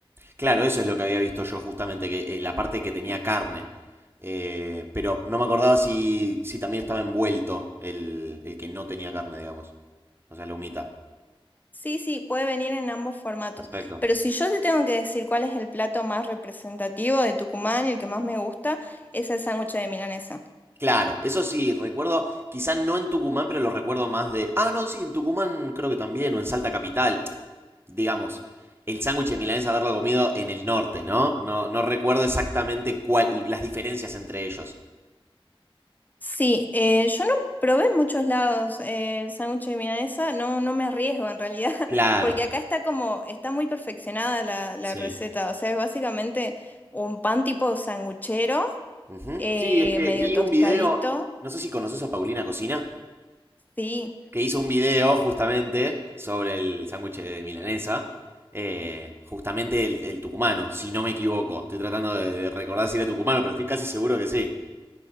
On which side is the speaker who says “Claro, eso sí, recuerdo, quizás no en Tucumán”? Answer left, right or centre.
Right